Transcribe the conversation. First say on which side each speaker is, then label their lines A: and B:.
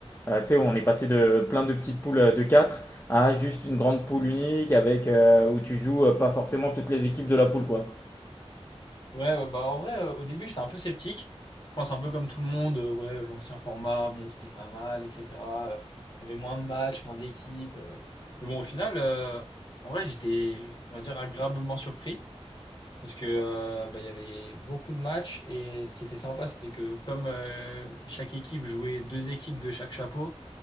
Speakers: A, on the left; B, on the left.
A: Euh, tu sais, on est passé de plein de petites poules euh, de 4 à juste une grande poule unique avec euh, où tu joues euh, pas forcément toutes les équipes de la poule, quoi.
B: Ouais, ouais, bah en vrai, euh, au début, j'étais un peu sceptique. Je pense un peu comme tout le monde, euh, ouais, l'ancien format, bon, c'était pas mal, etc. Euh, Il y avait moins de matchs, moins d'équipes. euh. Mais bon, au final, euh, en vrai, j'étais, on va dire, agréablement surpris. parce que euh, bah, il y avait beaucoup de matchs et ce qui était sympa, c'était que comme euh, chaque équipe jouait deux équipes de chaque chapeau,